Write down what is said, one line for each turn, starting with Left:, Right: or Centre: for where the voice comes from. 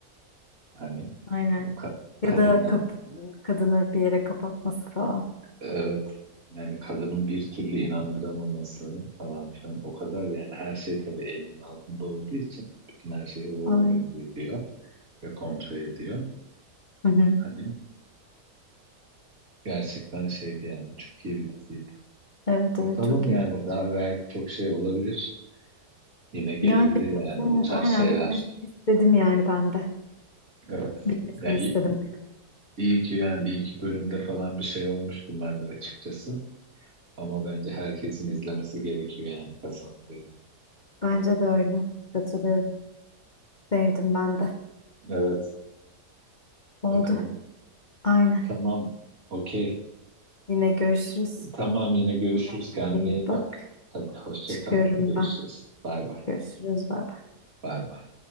Right: Hani
Left: Aynen.
Right: o ka- kadınla
Left: ya da kap kadını bir yere kapatması falan.
Right: evet yani kadının bir türlü inandıramaması falan filan o kadar yani her şey tabii elinin altında olduğu için bütün her şeyi o
Left: Aynen.
Right: organize ediyor ve kontrol ediyor.
Left: Hı hı.
Right: Hani gerçekten şeydi yani çok iyi bir diziydi.
Left: Evet
Right: Bakalım
Left: evet çok
Right: yani
Left: iyiydi bence.
Right: daha belki çok şey olabilir. Yine gelebilir
Left: Yani bitmesini
Right: yani bu tarz
Left: aynen
Right: şeyler.
Left: bitmesini istedim yani ben de.
Right: Evet.
Left: Bitmesini
Right: Ya
Left: istedim aynen.
Right: İyi ki yani bir iki bölümde falan bir şey olmuştum ben de açıkçası. Ama bence herkesin izlemesi gerekiyor yani Hasan Bey.
Left: Bence de öyle. Katılıyorum. Sevdim ben de.
Right: Evet, bakalım.
Left: Oldu. Aynen.
Right: Tamam, okey.
Left: Yine görüşürüz.
Right: Tamam yine görüşürüz.
Left: Kendine
Right: Kendine
Left: iyi
Right: iyi
Left: bak.
Right: bak. Hadi hoşça
Left: Çıkıyorum
Right: kal. Görüşürüz.
Left: ben.
Right: Bay bay.
Left: Görüşürüz. Bay bay.
Right: Bay bay.